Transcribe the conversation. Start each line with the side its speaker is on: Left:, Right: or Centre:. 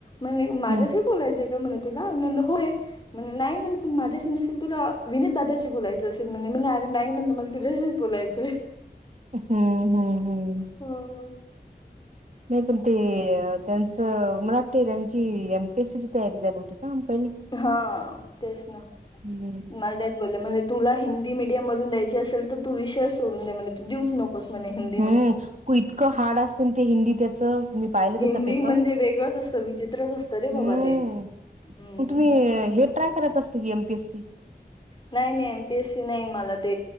Left: मंग माझ्यांशी
Right: हम्म.
Left: बोलायचंय कां म्हणे तुलां म्हणलं होयं म्हणं नाहीं म्हणलं तूं माझ्यांशी नसेल तुलां विनीत दादाशी बोलायचं असेल म्हणे मलां अरे नाहीं म्हणलं मलां तुझ्यांशीच बोलायचंय
Right: हम्मं हम्मं हम्मं
Left: हां हां
Right: नाहीं पणं ते त्यांचं मलावाटते त्यांची एमपीएससीची तयारी चालूं होती का पहिली.
Left: हां तेचं नां
Right: हम्म
Left: मलां तेचं बोलले म्हंजे तुलां हिन्दी मिडीयम मधून द्यायची असेलं तरं तूं विषय सोडूंन दे म्हणे तूं देऊं नको मणे हि <unintelligible>
Right: हम्मं वं इतकं हार्ड असते ते हिन्दी त्यांचं मी पाहिलां त्यांचा
Left: हिंदी
Right: पेपर
Left: म्हणजे वेगळंच असतं विचित्रच असतं रे बाबा
Right: हम्मं
Left: ते हम्म
Right: मंग तुम्हीं हे ट्राय करतं असतीलं की एमपीएस सी
Left: नाहीं मी एम पी एस सी नाहीं मलां ते